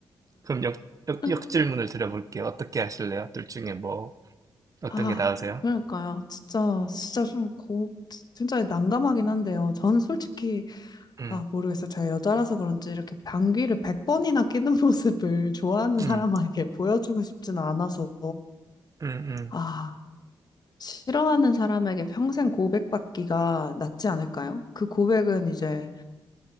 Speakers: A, on the right; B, on the left.
A: 그럼 역, 역,
B: <laughs>
A: 역질문을 드려볼게요. 어떻게 하실래요? 둘 중에 뭐, 어떤
B: 아,
A: 게 나으세요?
B: 그러니까요. 진짜, 진짜 좀 고, 진짜 난감하긴 한데요. 저는 솔직히,
A: 음,
B: 아, 모르겠어요. 제가 여자라서 그런지 이렇게 방귀를 백번이나 끼는 <laughs> 모습을 좋아하는
A: 음,
B: 사람에게 보여주고 싶진 않아서,
A: 음, 음.
B: 아, 싫어하는 사람에게 평생 고백받기가 낫지 않을까요? 그 고백은 이제,